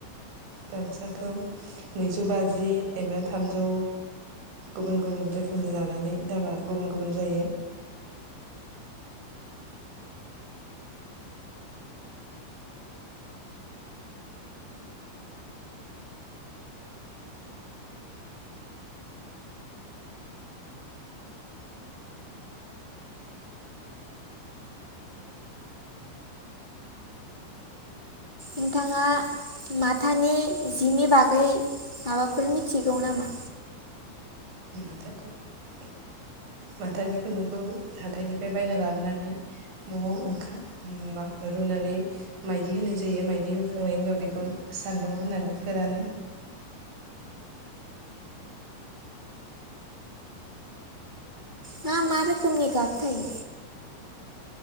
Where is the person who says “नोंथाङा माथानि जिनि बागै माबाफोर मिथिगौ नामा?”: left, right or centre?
Left